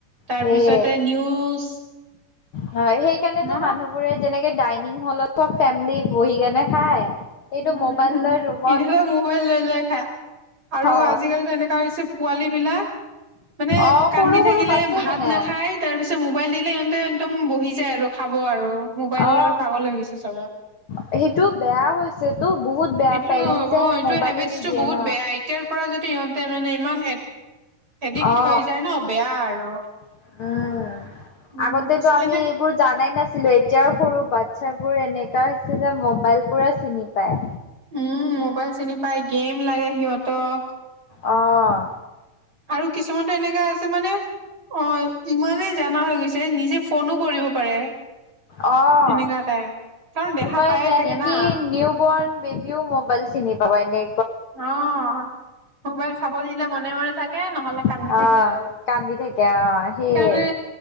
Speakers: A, on the right; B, on the left.
A: তাৰপিছতে
B: সেয়ে
A: নিউজ
B: হয়, সেই কাৰণেটো
A: না
B: মানুহবোৰে যেনেকে ডাইনিং হলত ফেমিলি বহি কেনে খায়। এইটো
A: উম
B: মোবাইল লৈ ৰুমত
A: কিছুমানে মোবাইল লৈ লৈ খাই আৰু
B: অ
A: আজিকালিটো এনেকুৱা হৈছে পোৱা পোৱালি বিলাক মানে
B: অ
A: কান্দি
B: সৰু
A: থাকিলে
B: সৰু বাচ্ছা
A: ভাত
B: জানে
A: নাখাই। তাৰ পিছত মোবাইল দিলে সিহঁতে একদম বহি যায় আৰু খাব আৰু মোবাইলৰ
B: অ
A: পাগল হৈ গৈছে চবে
B: সেইটো বেয়া হৈছেতো বহুত বেয়া
A: এইটো
B: পেৰেণ্টছে
A: হ'ব এইটো
B: মোবাইলে
A: হেবিটছটো
B: দি দিয়ে
A: বহুত
B: ন
A: বেয়া এতিয়াৰ পৰা যদি সিহঁতে মানে ইমান এদিক্ট
B: অ
A: হৈ যায় ন বেয়া আৰু
B: উম,
A: উম,
B: আগতে
A: পিছ
B: তোৰ আমি
A: এনে
B: এইবোৰৰ জনাই নাছিলোঁ। এতিয়াও সৰু বাচ্ছা বোৰে এনেকা হৈছে যে মোবাইল পুৰা চিনি পায়।
A: উম, মোবাইল চিনি পাই, গেম লাগে সিহঁতক।
B: অহ'
A: আৰু কিছুমানতো এনেকা আছে মানে অ' ইমানেই জানা হৈ গৈছে নিজে ফোনো কৰিব পাৰে।
B: আহ
A: এনেকা টাইপ। কাৰণ দেখা
B: তোমাৰ
A: পায়ে
B: ইনে
A: থাকে না
B: কি নিউ বৰ্ণ বেবীও মোবাইল চিনি পাবা এনে
A: অ' মোবাইল চাব দিলে মনে মনে চাই নহ'লে
B: অ',
A: কান্দি থাকে আৰু
B: কান্দি থাকে অ', সেইয়ে।
A: সেইকাৰণে